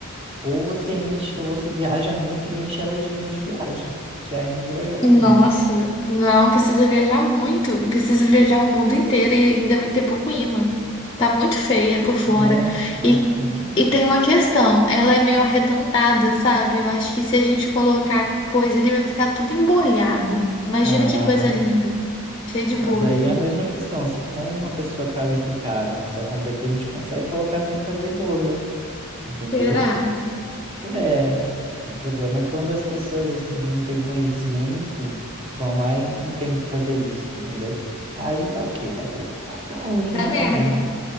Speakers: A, on the right (about 25°); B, on the left (about 25°).
A: ou você enche, ou você viaja muito e enche ela de imãs de viagem, <laughs> que aí ninguém vai ver o
B: Nossa,
A: fundo.
B: não precisa viajar muito, precisa viajar o mundo inteiro e ainda vai ter pouco imã. Tá muito feia por fora.
A: Nossa, então
B: E,
A: é
B: e
A: isso.
B: tem uma questão, ela é meio arredondada, sabe? Eu acho que se a gente colocar coisa ali, vai ficar tudo embolhado. Imagina
A: Ah,
B: que coisa linda, cheia de
A: mas
B: bolha.
A: aí é a mesma questão. Se for uma pessoa qualificada, uma pessoa competente, consegue colocar sem fazer bolha, entendeu?
B: Será?
A: É, o problema é quando as pessoas assim que não têm conhecimento vão lá e, e tentam fazer isso, entendeu? Aí dá o quê? Dá coisa, dá, dá ruim,
B: Dá
A: né?
B: merda.
A: Dá merda.